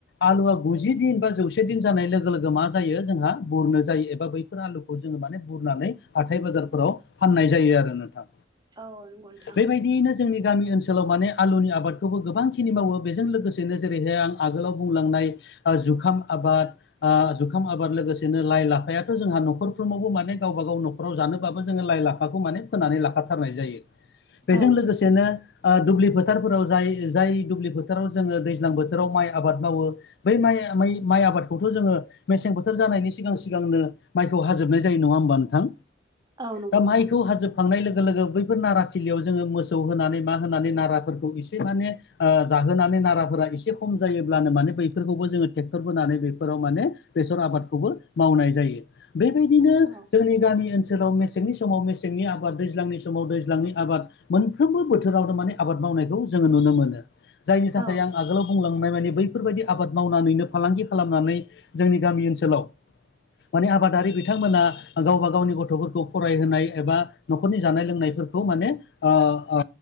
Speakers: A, on the left; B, on the right.
A: आलुवा गुजि दिन बा जौसे दिन जानाय लोगो लोगो मा जायो जोंहा बुरनो जायो एबा बै आलुखौ जोङो माने बुरनानै हाथाय बाजारफोराव फाननाय जायो आरो नोंथां।
B: औ औ नंगौ नोंथां।
A: बेबायदियैनो जोंनि गामि ओनसोलाव माने आलुनि आबादखौबो गोबांखिनि मावो। जों लोगोसेनो जेरैहाय आं आगोलाव बुंलांनाय जुखाम आबाद ओ जुखाम आबाद लोगोसेनो लाइ लाफायाथ' जोंहा न'खरफ्रावबो माने गावबा गाव न फोराव जानोबाबो जोङो लाइ लाफाखौ माने फोनानै लाखाथारनाय जायो। बेजों
B: औ
A: लोगोसेनो दुब्लि फोथारफोराव जाय-जाय दुब्लि फोथार फोथाराव जोङो दैज्लां बोथोराव माइ आबाद मावो बै माइ माइ आबाद खौथ' जोङो मेसें बोथोर जानायनि सिगां सिगांनो माइखौ हाजोबनाय जायो नङा होमबा नोंथां?
B: औ नंगौ
A: दा
B: नोंथां
A: माइखौ हाजोबखांनाय लोगो लोगो बैफोर नारा थिलियाव जोङो मोसौ <unintelligible> होनानै मा होनानै नाराफोरखौ इसे माने ओ जाहोनानै नाराफोरा एसे खम जायोब्लानो माने बैफोरखौबो जोङो ट्रेक्टर बोनानै बेफोराव माने बेसर आबादखौबो मावनाय जायो बेबायदिनो
B: औ
A: जोंनि गामि ओनसोलाव मसें मेसेंनि समाव मेसेंनि आबाद दैज्लांनि समाव दैज्लांनि आबाद मोनफ्रोमबो बोथोरावनो माने आबाद मावनायखौ जोङो नुनो मोनो जायनि थाखाय
B: औ
A: आं आगोलाव बुंलांनाय माने बैफोरबायदि आबाद मावनानैनो फालांगि खालामनानै जोंनि गामि ओनसोलाव माने आबादारि बिथांमोना गावबा गावनि गथ'फोरखौ फरायहोनाय एबा न'खरनि जानाय लोंनायफोरखौ माने ओ ओ